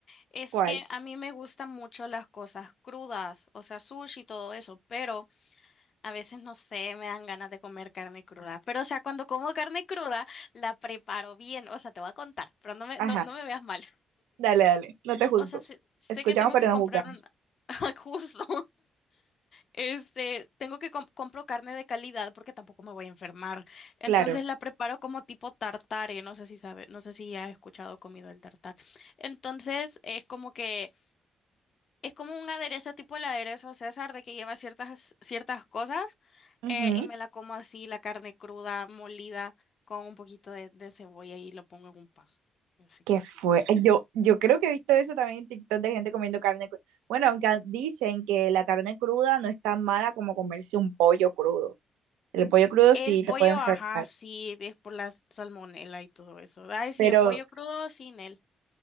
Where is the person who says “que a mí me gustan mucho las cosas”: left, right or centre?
Left